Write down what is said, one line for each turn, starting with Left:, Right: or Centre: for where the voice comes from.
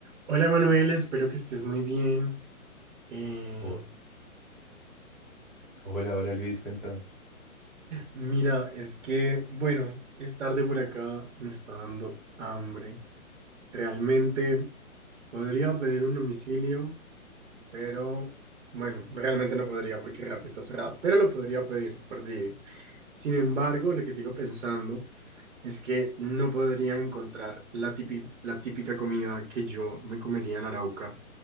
Right: Hola Manuel, espero que estés muy bien. Eh,
Centre: O- hola, hola Luis, cuéntame.
Right: mira, es que, bueno, es tarde por acá, me está dando hambre. Realmente podría pedir un domicilio, pero bueno, realmente no podría porque Rappi está cerrado, pero lo podría pedir por Didi. Sin embargo, lo que sigo pensando es que no podría encontrar la típica, la típica comida que yo me comería en Arauca